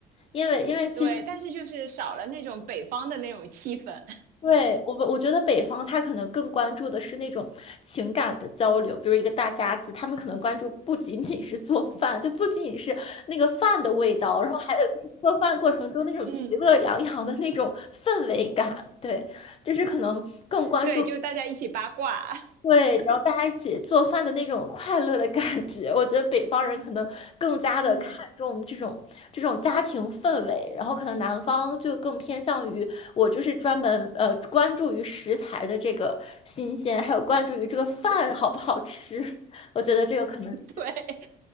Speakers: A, on the left; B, on the right.
A: 因为因为其实
B: 对，但是就是少了那种北方的那种气氛，
A: 对，我们，我觉得北方他可能更关注的是那种情感的交流，比如一个大家子，他们可能关注不仅仅是做饭，就不仅仅是那个饭的味道，然后还有就是做饭过程中那种其乐洋洋的那种氛围感，
B: <laughs> 嗯。
A: 对，就是可能更关注。
B: 对，就大家一起八卦，
A: 对，然后大家一起做饭的那种快乐的感觉，我觉得北方人可能更加的看重这种这种家庭氛围，
B: <laughs> 嗯，
A: 然后可能南方就更偏向于我就是专门呃关注于食材的这个新鲜，还有关注于这个饭好不好吃，<laughs> 我觉得这个可能是
B: 对，